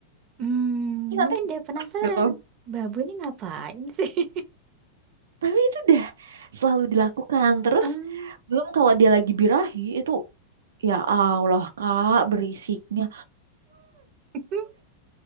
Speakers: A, on the right (about 40°); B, on the right (about 85°).
A: Hmm,
B: Terus nanti
A: mungkin dia penasaran.
B: gitu.
A: Babu ini ngapain sih? <laughs>
B: Tapi itu udah selalu dilakukan. Terus
A: Hmm,
B: belum kalau dia lagi birahi itu ya Allah Kak berisiknya.
A: <laughs>